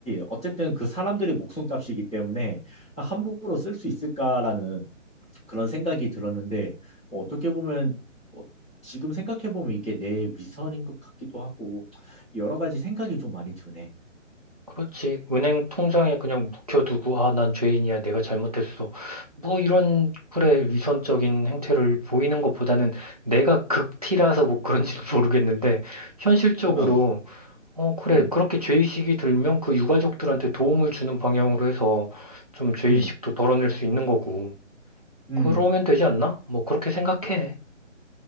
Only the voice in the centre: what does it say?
어쨌든 그 사람들의 목숨값이기 때문에 함부로 쓸 수 있을까라는 그런 생각이 들었는데, 뭐 어떻게 보면, 뭐 지금 생각해보면 이게 내 위선인 것 같기도 하고, 여러 가지 생각이 좀 많이 드네.
어,
음,
음,
음.